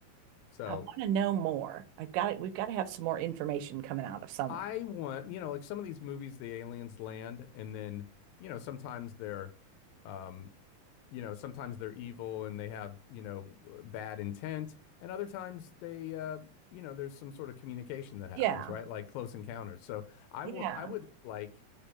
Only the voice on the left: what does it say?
So
I want, you know, like some of these movies, the aliens land, and then, you know, sometimes they're, um, you know, sometimes they're evil and they have, you know, bad intent, and other times they, uh, you know, there's some sort of communication that happens,
right? Like Close Encounters. So I
want, I would like